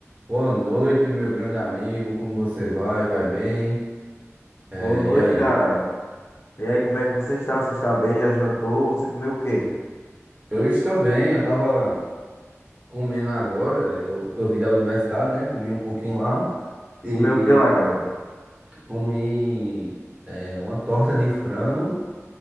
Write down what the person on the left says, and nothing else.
Boa noite,
cara. E aí, como é que você está? Você está bem? Já jantou? Você comeu o quê?
Comeu o quê lá, cara?